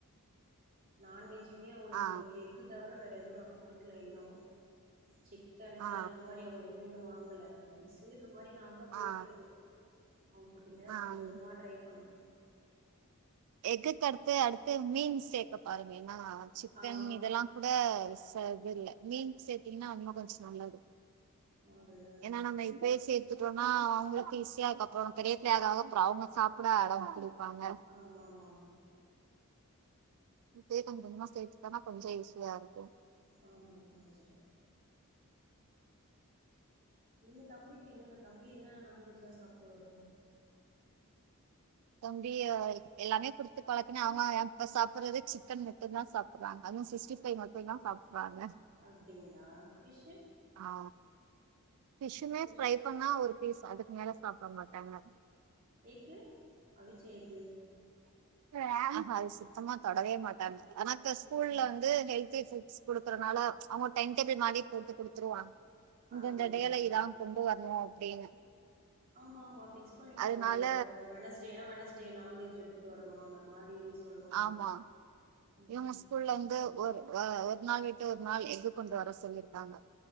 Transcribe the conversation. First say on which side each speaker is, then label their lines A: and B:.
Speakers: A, on the right; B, on the right.
A: நான்வெஜ்யுமே அவ்ளுக்கு
B: ஆ
A: எக்கு தவர வேற எது நா குடுக்கல இன்னு சிக்கனு
B: ஆ
A: அந்த மாரி அவுங்க எதுவு இன்னு வாங்கல ரைசே இந்த மாரி நார்மலா போயிட்ருக்கு
B: ஆ
A: <unintelligible> நேர்
B: ஆ
A: கொஞ்ச கொஞ்சமா ட்ரை பண்ணு
B: எக்குக்கு அடுத்து அடுத்து மீன் சேக்க பாருங்க ஏன்னா சிக்கன்
A: ஆ
B: இதெல்லா கூட சதுல்ல மீன் சேத்தீங்கன்னா இன்னு கொன்ச் நல்லது
A: அதுதா
B: ஏன்னா நம்ம இப்பயே சேத் த்துட்டோனா அவ்ங்ளுக்கு ஈஸியா அக்கப்ரோ பெரிய பிள்ளை ஆக ஆக அப்றோ அவ்ங்ளு சாப்பிட அடம் பிடிப்பாங்க
A: ஆமாமாம்
B: இது கொன்ஜ் கொஞ்சமா சேத்துட்டனா கொஞ்ச ஈஸியா இருக்கு
A: ஆமா ஆமா பெஸ்ட்டு நீங்க தம்பிக்கு என்னன்னா தம்பி என்னன்னா நான்வெஜ்லா சாப்டுவாரு
B: தம்பியாய் எல்லாமே குடுத்து பழக்குனே அவ்ங்க ஏ இப்ப சாப்புறதே சிக்கன் மட்டுன்தா சாப் ப்புரா அதூ சிக்ஸ்டி ஃபை மட்டு தா சாப்றாங்க
A: அப்டிங்ளா ஃபிஷ்ஷு
B: ஆ ஃபிஷுமே
A: ஃபிஷ்
B: ஃப்ரை பண்ணா ஒரு பீஸ் அதுக்கு மேல சாப்ட மாட்டாங்க
A: எஃகு அவிச்ச எஃகு
B: ஆஆ சுத்தமா தொடவே மாட்டாங் ஆனாக்கஸ் ஸ்கூல்ல
A: ம்
B: வந்து ஹெல்தி ஃபுட்ஸ் குடுக்றனால அவங்க டென் டேபிள் மாதி போட்டு கொடுத்துருவான் இந்தந்த
A: அப்டிங்களா
B: டேல இதா கொண்டு வரணு அப்டின்னு
A: ஆமா ஆமா ஃபிக்ஸ் பண்ணிடுவாங்க
B: அதனால
A: இப்ப வனஸ்டேயா வனஸ்டே நான்வெஜ் எடுத்துட் தோரன்ணொ அந்த மாரி சொல்லுவாங்க
B: ஆம்மா
A: ம்
B: இவுங்க ஸ்கூல்ல வந்து ஒர் அ ஒரு நாள் விட்டு ஒர் நாள் எக் கொண்டு வர சொல்லிருக்காங்க.